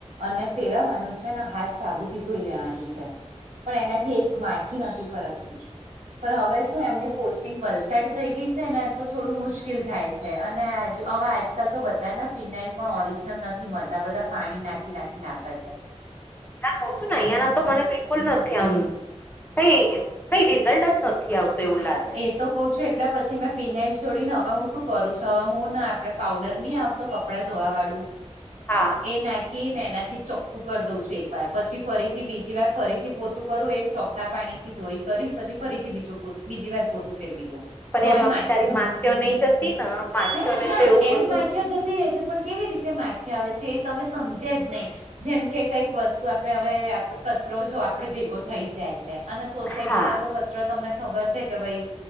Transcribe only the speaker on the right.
અને ફેરવવાનું છે, ને હાથ સાબુથી ધોઈ લેવાનું છે, પણ એનાથી એક માખી નથી ફરકતી. પણ હવે શું એમની પોસ્ટિંગ વલસાડ થઈ ગઈ છે ને, તો થોડું મુશ્કેલ થાય છે, અને આજ હવે આજકાલ તો બધા ને ફિનાઇલ પણ ઓરિજનલ નથી મળતા, બધા પાણી નાખી નાખી ને આપે છે.
એ તો કઉ છું, એટલે પછી મેં ફિનાઇલ છોડીને, હવે હું શું કરું છું, હવે હું ને આપડે પાવડર નહી આવતો કપડાં ધોવા વાળું.
એ નાખી ને એનાથી ચોખ્ખું કરી દઉં છું એક વાર, પછી ફરીથી બીજી વાર ફરીથી પોતું કરું, એ ચોખ્ખા પાણી થી ધોઈ કરીને પછી ફરીથી બીજો પોત, બીજી વાર પોતું ફેરવી દઉ.
તોય
માખીઓ,
હે, ના
એમ
માખીઓ જતી રે છે. પર કેવી રીતે માખીયો આવે છે? એ તમે સમજ્યા જ નહીં, જેમ કે કંઈક વસ્તુ આપણે હવે આપ પર કચરો જો આપણે ભેગો થઈ જ જાય છે, અને સોસાયટીમાં
તો કચરો તમને ખબર છે કે ભાઈ